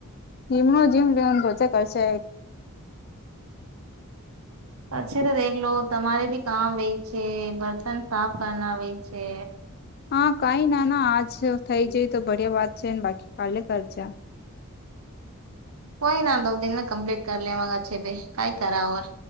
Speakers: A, on the left (about 45°); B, on the right (about 75°).
A: જીમ ન જીમ લેવન બતે કરશે.
B: પછી તો દેખ લો તમારે બી કામ વે છે બર્તન સાફ કરના વય છે.
A: હા કઈ ના ના આજ થઈ જાય તો ભડિયા વાત છેને બાકી કાલે કરજા
B: કોઈ ના દો દિન કમ્પ્લીટ કરી લે મગ છે ભાઈ કઈ કરાવર.